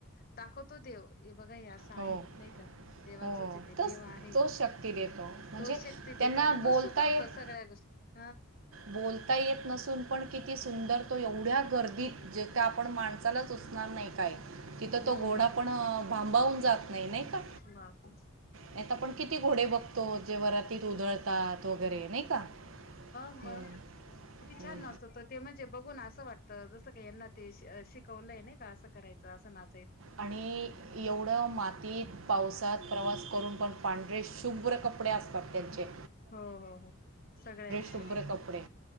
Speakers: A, on the left; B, on the right.
A: दाखव. तो देऊ हे बघा असं आहे
B: हो,
A: नाही का देवाचच
B: हो.
A: येते
B: तोच
A: देव आहे
B: तोच शक्ती देतो. म्हणजे
A: तोच शक्ती देत
B: त्यांना
A: आणि तो
B: बोलता
A: सुचवत.
B: येत
A: <unintelligible>
B: बोलता येत नसून पण किती सुंदर तो एवढ्या गर्दीत ज तर आपण माणसालाच उसणार नाही काय तिथं
A: हम्म
B: तो घोडा पण पाांबाऊून <unintelligible> जात नाही नाही का
A: मग
B: नाही तर आपण किती घोडे बघतो. तो जे वरातीत उधळतात. तो वगैरे आहे नाही का.
A: म
B: हं,
A: किती
B: हं.
A: छान नाचतत ते म्हणजे ते बघून असं वाटतं जसं का यां ते शिकवलंय नाही का असं करायचं असं नाच
B: आणि एवढं मातीत पावसात प्रवास करून पण पांढरे शुभ्र कपडे असतात. सत्य्यांचे
A: हो हो हो सगळ्यांचीच
B: शुभ्र कपडे